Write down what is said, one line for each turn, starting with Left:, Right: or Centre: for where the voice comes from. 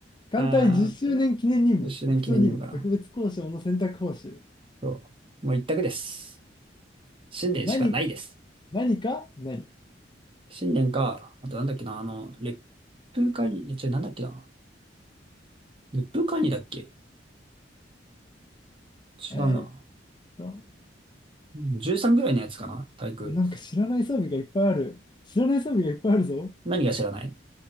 Left: 艦隊10周年記念任務、
Right: う。あーっと、10周年記念にもかな。
Left: 拡張任務、特別交渉の選択報酬。
Right: そう。もう一択です。新年しかないです。
Left: 何、何か何
Right: 新年か、あとなんだっけな、あの、烈風会議、え違う、なんだっけな。烈風会議だっけ違うな。
Left: えーっと、
Right: うん13ぐらいのやつかな体育。
Left: なんか知らない装備がいっぱいある。知らない装備がいっぱいあるぞ。
Right: 何が知らない